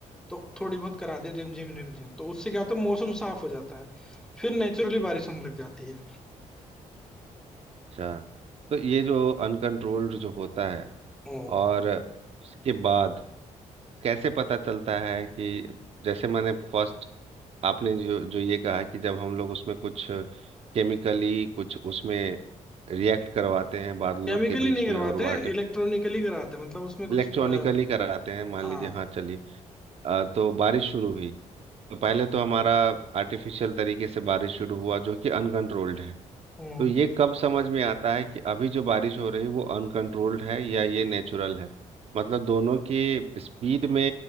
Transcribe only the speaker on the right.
अच्छा तो ये जो अनकंट्रोल्ड जो होता है
और उसके बाद कैसे पता चलता है कि जैसे मैंने फर्स्ट आपने जो जो ये कहा कि जब हम लोग उसमें कुछ केमिकली कुछ उसमें रिएक्ट करवाते हैं बादलों
के बीच
में और वो आर्टिफ
इलेक्ट्रॉनिकली
कराते हैं मान
लीजिए हाँ चलिए अ, तो बारिश शुरू हुई तो पहले तो हमारा आर्टिफिशियल तरीके से बारिश शुरू हुआ जो कि अनकंट्रोल्ड है
तो ये कब समझ में आता है कि अभी जो बारिश हो रही है वो अनकंट्रोल्ड है या ये नेचुरल है मतलब दोनों के स्पीड में